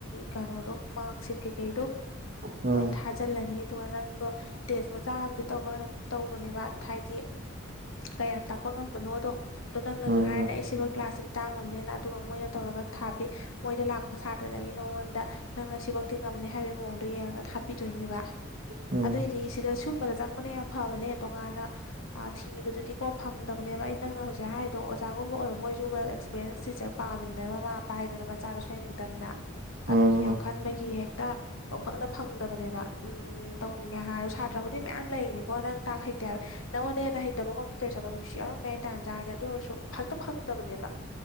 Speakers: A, on the left; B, on the right.
A: ꯀꯩꯅꯣꯗꯣ ꯃꯥꯔꯛꯁꯤꯠ ꯀꯩꯀꯩꯗꯣ
B: ꯎꯝ ꯎꯝ
A: ꯂꯣꯏ ꯊꯥꯖꯤꯜꯂꯅꯤ ꯑꯗꯨꯒ ꯅꯪꯗꯣ ꯇꯦꯁ ꯃꯆꯥ ꯑꯃꯗꯤ ꯇꯧꯔꯣ ꯇꯧꯕꯅꯦꯕ ꯍꯥꯏꯗꯤ ꯀꯌꯥꯝ ꯇꯥꯛꯄ ꯉꯝꯕꯅꯣꯗꯣ ꯑꯗꯣ ꯅꯪꯅꯁꯨ
B: ꯎꯝ ꯎꯝ ꯎꯝ ꯎꯝ
A: ꯍꯥꯏꯔꯅꯦ ꯑꯩ ꯁꯤꯕꯨ ꯀ꯭ꯂꯥꯁꯁꯤꯗꯤ ꯇꯥꯡꯉꯝꯅꯦꯅ ꯑꯗꯨꯒ ꯃꯣꯏꯅ ꯇꯧꯔꯒ ꯊꯥꯕꯤ ꯃꯣꯏꯗ ꯂꯥꯛꯄ ꯁꯥꯇ꯭ꯔꯉꯗꯒꯤ ꯅꯉꯣꯟꯗ ꯅꯪꯅ ꯁꯤꯐꯛꯇꯤ ꯉꯝꯅꯤ ꯍꯥꯏꯕꯒꯤ ꯃꯑꯣꯡꯗꯣ ꯌꯦꯡꯉꯒ ꯊ ꯍꯥꯄꯤꯗꯣꯏꯅꯦꯕ
B: ꯎꯝ ꯎꯝ
A: ꯑꯗꯨꯑꯣꯏꯗꯤ ꯁꯤꯗ ꯁꯨꯝꯕꯗ ꯆꯪꯕꯅ ꯌꯥꯝ ꯐꯕꯅꯦ ꯇꯣꯉꯥꯟꯅ ꯊꯤꯕꯗꯨꯗꯤ ꯀꯣ ꯐꯪꯗꯕꯅꯦꯕ ꯑꯩ ꯅꯪꯅ ꯍꯧꯖꯤꯛ ꯍꯥꯏꯗꯣ ꯑꯣꯖꯥꯒꯨꯝꯕ ꯑꯣꯏꯕ ꯃꯣꯏꯁꯨ ꯋꯦꯜ ꯑꯦꯛꯁꯄ ꯄꯄꯦꯔꯦꯟꯁ ꯇꯤꯆꯔ ꯄꯥꯝꯃꯤꯗꯅ ꯃꯃꯥ ꯃꯄꯥ ꯍꯥꯏꯗꯅ ꯃꯆꯥꯗꯣ ꯁꯣꯏꯍꯟꯅꯤꯡꯗꯕꯅꯤꯅ
B: ꯎꯝ
A: ꯑꯗꯨꯒꯤ ꯌꯥꯝ ꯈꯟꯕꯒꯤ ꯍꯦꯛꯇ ꯄꯪꯄꯛꯅ ꯐꯪꯗꯕꯅꯦꯕ ꯎꯝ ꯇꯧꯅꯤꯡꯉꯦ ꯍꯥꯏꯔꯁꯨ ꯁꯥꯇ꯭ꯔꯕꯨꯗꯤ ꯃꯌꯥꯝ ꯂꯩꯅꯤꯀꯣ ꯅꯪ ꯇꯥꯛ ꯍꯩꯇꯦ ꯍꯥꯏꯕ ꯅꯪꯉꯣꯟꯅ ꯍꯦꯟꯅ ꯍꯩꯇꯕ ꯍꯣꯝꯗꯇꯔ ꯆꯠꯄ ꯃꯤꯃꯤꯁꯨ ꯌꯥꯎꯔꯝꯝꯕ ꯌꯥꯏ ꯇꯥꯥꯟ ꯆꯥꯔꯦ ꯑꯗꯨ ꯑꯣꯏꯔꯁꯨ ꯐꯛꯇ ꯐꯪꯗꯕꯅꯦꯕ